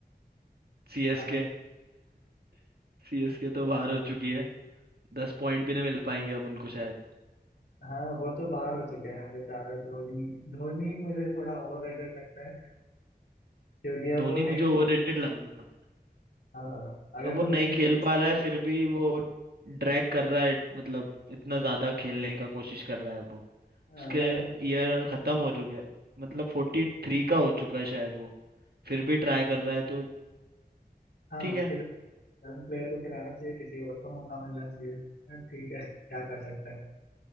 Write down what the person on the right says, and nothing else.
सीएसके
सीएसके <laughs> तो बाहर हो चुकी है दस पॉइंट भी नहीं मिल पाएंगे अब उनको शायद
धोनी
मुझे ओवररेटेड लग रहा है
अब वो
नहीं
खेल पा रहा है
फिर भी वो ड्रैग कर रहा है मतलब इतना ज्यादा खेलने का कोशिश कर रहा है वो
उसके
ईयर खत्म हो चुके हैं मतलब फोर्टी थ्री का हो चुका है शायद वो फिर भी ट्राई कर रहा है तो
ठीक
है